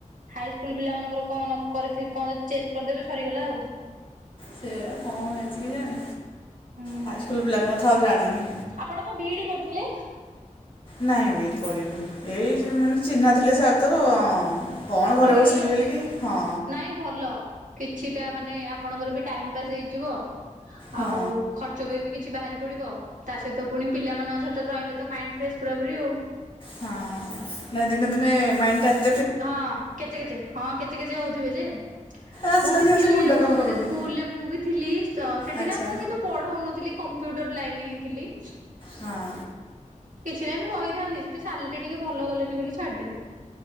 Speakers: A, on the right (about 75°); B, on the left (about 40°).
A: ହାଇ ସ୍କୁଲ ପିଲାମାନାନଙ୍କର କଣ ନକରିଥିବେ କଣ ଯଦି ଚେଞ୍ଜ କରିଦେବେ ସରିଗଲା ଆଉ।
B: ସେଇଆ ବା କଣ ହେଇଛି କେଜାଣି।
A: ହୁଁ।
B: ହାଏ ସ୍କୁଲ ପିଲାଙ୍କ କଥା ଆଉ ଜାଣେନି।
A: ଆପଣ କଁ ବି ଇ ଡି କରିଥିଲେ?
B: ନାଇଁ ବି ଇ ଡି କରିନି ଏଇ ଯେ ମାନେ ଚିହ୍ନା ଥିଲେ ସାର୍ ତ ଅଁ କଣ ଘରେ
A: ରହିଗଲେ
B: ବସିବି
A: ଆଉ
B: ବୋଲି କି, ହଁ।
A: ନାଇଁ ଭଲ କିଛିଟା ମାନେ ଆପଣଙ୍କର ବି ଟାଇମ୍ ପାସ୍ ହେଇଯିବ
B: ହଁ
A: ଆଉ ଖର୍ଚ୍ଚ ପାଇଁ ବି କିଛି ବାହାରି ପଡି଼ବ ତା ସହିତ ପୁଣି ପିଲାମାନଙ୍କ ସହିତ ରହିଲେ ତ ମାଇଣ୍ଡ୍ ଫ୍ରେଶ ପୁରା ପୁରି ଆଉ।
B: ହଁ ନା ଦିନେ ଦିନେ ମାଇଣ୍ଡ୍ ଟା
A: ହଁ କେଚେ କେଚେ ହଁ କେଚେ କେଚେ ହଉଥିବେ ଯେ
B: ଆସିଲା
A: ମୁଁ ବି
B: ଯେ
A: ଥିଲି
B: ଆସି ମୁଣ୍ଡ
A: ଆଗରୁ
B: କାମ
A: ଗୋଟେ
B: କରୁନି।
A: ସ୍କୁଲରେ ମୁଁ ବି ଥିଲି ସ ସେଠି
B: ଆଚ୍ଛା
A: ନା ମୁଁ କିନ୍ତୁ ପଢ଼ଉନଥିଲି କମ୍ପୁଟର ଲାଇନ୍ ରେ ହିଁ ଥିଲି।
B: ହଁ।
A: କିଛି ନାଇଁ ମୁଁ ରହିଥାନ୍ତି ସେଠି ସାଲେରୀ ଟିକେ ଭଲ କଲେନି ବୋଲି ଛାଡ଼ିଦେଲି।